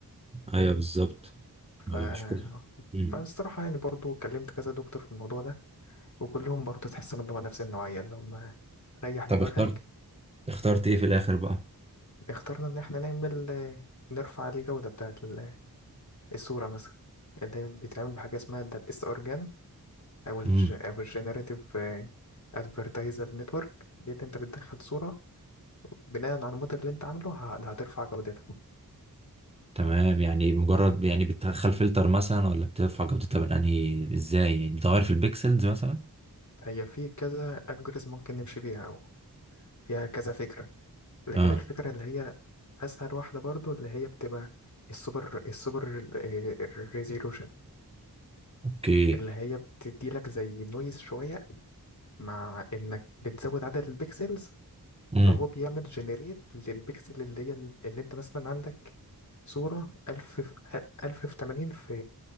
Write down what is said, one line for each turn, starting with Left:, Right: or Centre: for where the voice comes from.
Right: ايوه بالظبط
Left: ف
Right: مش كده امم
Left: فالصراحة يعني برضو كلمت كذا دكتور في الموضوع ده وكلهم برضو تحسهم اللي هو نفس النوعية اللي هم ريح دماغك
Right: طب اخترت اخترت ايه في الاخر بقى
Left: اخترنا إن احنا نعمل آه، نرفع الجودة بتاعت ال- الصورة مثلا اللي بيتعمل بحاجة اسمها ده الاس ار جان أو ال
Right: امم
Left: أو الجنريتيف ادفرتايزر نتورك دي اللي انت بتدخل صورة بناء على الموديل اللي انت عامله ه- هترفع جودتها
Right: تمام يعني مجرد يعني بتدخل فلتر مثلا ولا بترفع جودتها من انهي ازاي يعني بتغير في البيكسلز مثلا
Left: هي في كذا الجوريزم ممكن نمشي بيها او فيها كذا فكرة لكن
Right: اه
Left: الفكرة اللي هي اسهل واحدة برضو اللي هي بتبقى السوبر السوبر ريزولوشن
Right: اوكي
Left: اللي هي بتدي لك زي نويز شوية مع انك بتزود عدد البكسلز
Right: امم
Left: فهو بيعمل جنريت للبكسل اللي هي اللي انت مثلا عندك صورة 1000 في 1000 في 80 في